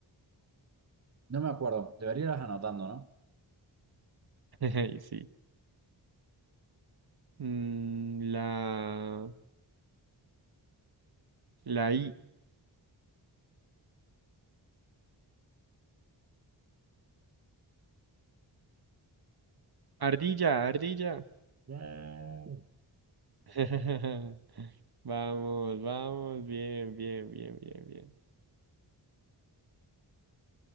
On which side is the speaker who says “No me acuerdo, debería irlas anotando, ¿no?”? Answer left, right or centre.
Right